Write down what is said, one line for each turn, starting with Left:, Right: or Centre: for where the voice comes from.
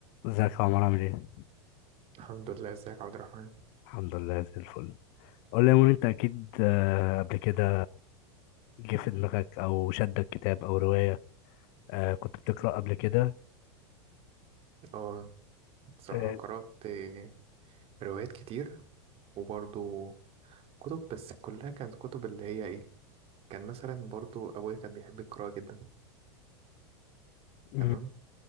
Left: ازيك يا عمر عامل ايه؟
Right: الحمد لله ازيك يا عبد الرحمن
Left: الحمد لله زي الفل قول لي يا مون انت اكيد آه، قبل كده جه في دماغك او شدك كتاب او رواية آه، كنت بتقرأ قبل كده
Right: اه بصراحة
Left: اه
Right: قرأت آه، روايات كتير وبرضو كتب بس كلها كانت كتب اللي هي ايه كان مثلا برضو أبويا كان بيحب القراءة جدا
Left: مم.
Right: تمام